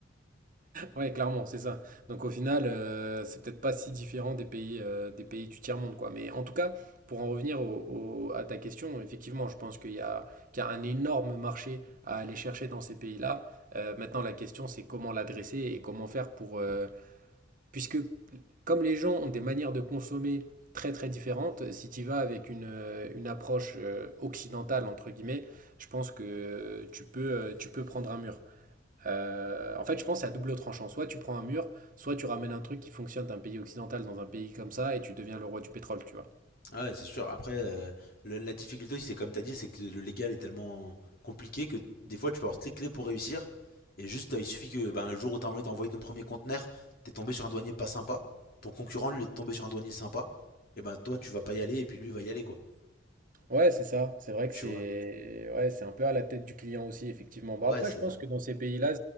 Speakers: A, on the right (about 45°); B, on the left (about 50°).
A: Ouais, clairement, c'est ça. Donc au final, euh, c'est peut-être pas si différent des pays, euh, des pays du tiers-monde, quoi. Mais en tout cas, pour en revenir au- au- à ta question, effectivement, je pense qu'il y a, qu'il y a un énorme marché à aller chercher dans ces pays-là. Euh, maintenant, la question, c'est comment l'adresser et comment faire pour... euh, Puisque comme les gens ont des manières de consommer très très différentes, si tu vas avec une, euh, une approche euh, occidentale, entre guillemets, je pense que tu peux, euh, tu peux prendre un mur. Euh, en fait, je pense que c'est à double tranchant. Soit tu prends un mur, soit tu ramènes un truc qui fonctionne d'un pays occidental dans un pays comme ça et tu deviens le roi du pétrole, tu vois.
B: Ah ouais, c'est sûr. Après, euh, le- la difficulté aussi, c'est comme tu as dit, c'est que le légal est tellement compliqué que des fois, tu peux avoir toutes les clés pour réussir. Et juste, euh, il suffit que ben, le jour où tu as envie d'envoyer ton premier conteneur, tu es tombé sur un douanier pas sympa. Ton concurrent, lui, est tombé sur un douanier sympa. Et ben toi, tu vas pas y aller et puis lui va y aller, quoi.
A: Ouais, c'est ça. C'est vrai que
B: Tu
A: c'est
B: vois?
A: ouais, c'est un peu à la tête du client aussi, effectivement. Bon,
B: Ouais,
A: après,
B: c'est
A: je pense
B: ça.
A: que dans ces pays-là,